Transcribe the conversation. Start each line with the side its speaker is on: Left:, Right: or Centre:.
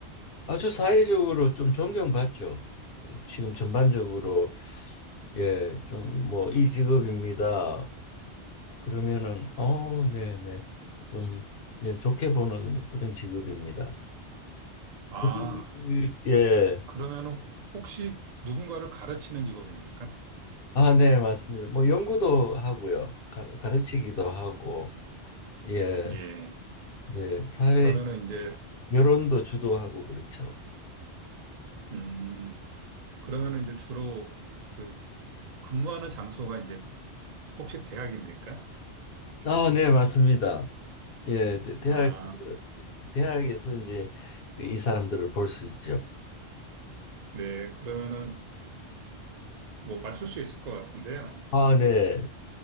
Left: 아주 사회적으로 좀 존경받죠. 지금 전반적으로 예, 좀 뭐 이 직업입니다. 그러면은 어, 네, 네. 좀 예, 좋게 보는 그런 직업입니다.
Right: 아,
Left: 우리 예.
Right: 그러면 혹시 누군가를 가르치는 직업입니까?
Left: 아, 네, 맞습니다. 뭐 연구도 하고요. 가, 가르치기도 하고 예.
Right: 예.
Left: 예, 사회
Right: 그러면은 이제,
Left: 여론도 주도하고 그렇죠.
Right: 음, 그러면은 이제 주로 그 근무하는 장소가 이제 혹시 대학입니까?
Left: 아, 네, 맞습니다. 예, 대- 대학에서
Right: 아,
Left: 대학에서 이제 그 이 사람들을 볼 수 있죠.
Right: 네. 그러면은 뭐 맞출 수 있을 것 같은데요.
Left: 아, 네.